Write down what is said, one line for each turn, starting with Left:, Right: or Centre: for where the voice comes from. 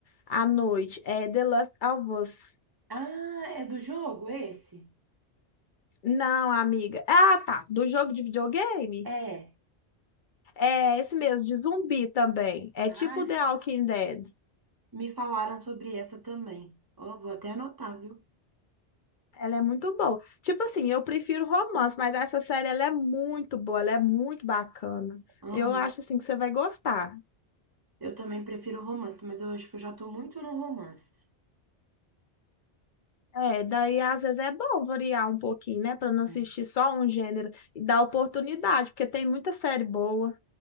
Left: à noite. É The Last of Us.
Right: Ah, é do jogo esse?
Left: Não, amiga. Ah, tá. Do jogo de videogame?
Right: É.
Left: É esse mesmo, de zumbi também. É
Right: Ai,
Left: tipo The Walking Dead.
Right: me falaram sobre essa também. Ó, vou até anotar, viu?
Left: Ela é muito boa. Tipo assim, eu prefiro romance, mas essa série ela é muito boa, ela é muito bacana.
Right: Aham.
Left: Eu acho assim que você vai gostar.
Right: Eu também prefiro romance, mas eu acho que eu já tô muito no romance.
Left: É, daí às vezes é bom variar um pouquinho, né, Pra não assistir
Right: né?
Left: só um gênero e dar oportunidade, porque tem muita série boa.